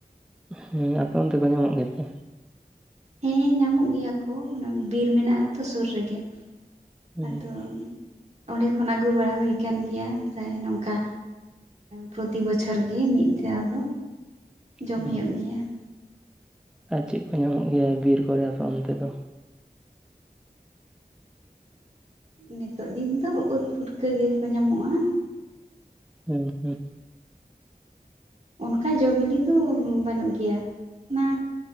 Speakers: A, in the centre; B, on the right.
A: ᱦᱮᱸ ᱟᱯᱮ ᱚᱱᱛᱮ ᱠᱚ ᱧᱟᱢᱚᱜ ᱜᱮ ᱛᱮ?
B: ᱦᱮᱸ ᱧᱟᱢᱚᱜ ᱜᱮᱭᱟ ᱠᱚ ᱚᱱᱟ ᱵᱤᱨ ᱢᱮᱱᱟᱜ ᱟᱛᱚ ᱥᱩᱨ ᱨᱮᱜᱮ᱾
A: ᱦᱮᱸ
B: ᱟᱫᱚ ᱚᱸᱰᱮ ᱠᱷᱚᱱ ᱟᱹᱜᱩ ᱵᱟᱲᱟ ᱦᱩᱭ ᱠᱟᱱ ᱜᱮᱭᱟ ᱯᱨᱟᱭ ᱱᱚᱝᱠᱟ᱾ ᱯᱨᱚᱛᱤ ᱵᱚᱪᱷᱚᱨ ᱜᱮ ᱢᱤᱫ ᱫᱷᱟᱣ ᱫᱚ ᱡᱚᱢ
A: ᱦᱮᱸ
B: ᱦᱩᱭᱩᱜ ᱜᱮᱭᱟ ᱾
A: ᱟᱨ ᱪᱮᱫ ᱠᱚ ᱧᱟᱢᱚᱜ ᱜᱮᱭᱟ ᱵᱤᱨ ᱠᱚᱨᱮ ᱟᱯᱮ ᱚᱱᱛᱮ ᱫᱚ ᱾
B: ᱱᱤᱛᱚᱜ ᱫᱤᱱ ᱫᱚ ᱩᱫ ᱯᱩᱴᱠᱟᱹ ᱜᱮᱠᱚ ᱧᱟᱢᱚᱜᱼᱟ ᱾
A: ᱦᱩᱸ ᱦᱩᱸ
B: ᱚᱱᱠᱟ ᱡᱚ ᱵᱤᱞᱤ ᱫᱚ ᱵᱟᱹᱱᱩᱜ ᱜᱮᱭᱟ ᱾ ᱚᱱᱟ